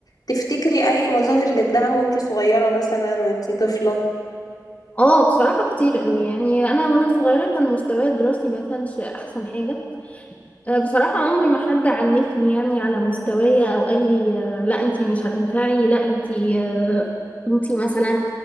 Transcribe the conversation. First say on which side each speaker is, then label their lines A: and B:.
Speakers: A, on the left; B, on the left.
A: تفتكري أي مظاهر للدعم وانت صغيرة مثلا وانت طفلة
B: اه بصراحة كتير قوي يعني أنا وأنا صغيرة كان مستواي الدراسي ما كانش أحسن حاجة آه، بصراحة عمر ما حد عنفني يعني على مستوايا أو قال لي آه، لا أنتي مش هتنفعي لا أنتي آه، أنتي مثلا